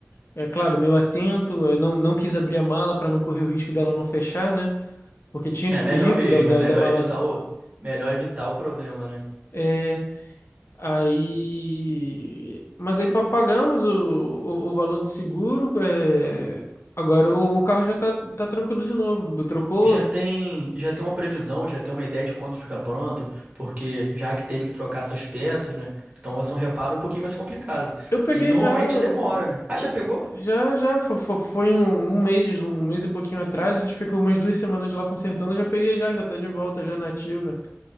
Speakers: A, on the left; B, on the right.
A: É claro, meio atento, eu não, não quis abrir a mala para não correr o risco dela não fechar, né? Porque tinha esse
B: É melhor
A: perigo
B: mesmo,
A: da, da,
B: é melhor
A: da mala
B: <laughs> evitar o, melhor evitar o problema, né?
A: É, aí. Mas aí pa- pagamos o, o, o valor do seguro. é, Agora o, o carro já tá, tá tranquilo de novo. Trocou.
B: E Já tem, já tem uma previsão, já tem uma ideia de quando fica pronto, porque já que teve que trocar essas peças, né? Então vai ser um reparo um pouquinho mais complicado.
A: Eu peguei
B: E normalmente
A: já. o-
B: demora, né? Ah,
A: o-
B: já pegou?
A: Já, já fo- fo- foi, um, um mês, um um mês e pouquinho atrás. A gente ficou umas duas semanas lá consertando. Eu já peguei já, já tá de volta, já nativa.